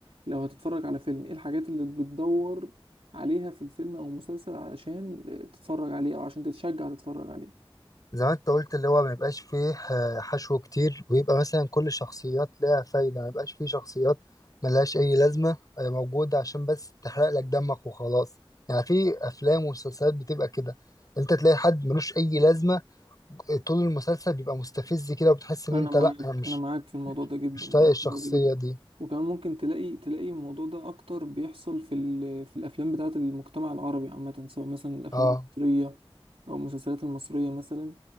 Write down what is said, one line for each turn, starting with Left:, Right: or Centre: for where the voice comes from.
Right: لو هتتفرج على فيلم ايه الحاجات اللي بتدور عليها في الفيلم او المسلسل علشان تتفرج عليه او عشان تتشجع تتفرج عليه
Left: زي ما انت قلت اللي هو ما يبقاش فيه ح- حشو كتير ويبقى مثلا كل شخصيات لها فايدة ما يبقاش فيه شخصيات ملهاش اي لازمة هي موجودة عشان بس تحرق لك دمك وخلاص يعني في افلام ومسلسلات بتبقى كده انت تلاقي حد ملوش اي لازمة طول المسلسل بيبقى مستفز كده وبتحس ان
Right: انا
Left: انت
Right: معاك
Left: لا انا مش
Right: انا معاك في الموضوع ده جدا
Left: مش طايق
Right: معاك
Left: الشخصية
Right: في الموضوع ده جدا
Left: دي
Right: وكمان ممكن تلاقي تلاقي الموضوع ده اكتر بيحصل في ال... في الافلام بتاعه المجتمع العربي عامه سواء مثلا الافلام
Left: اه
Right: المصريه او المسلسلات المصريه مثلا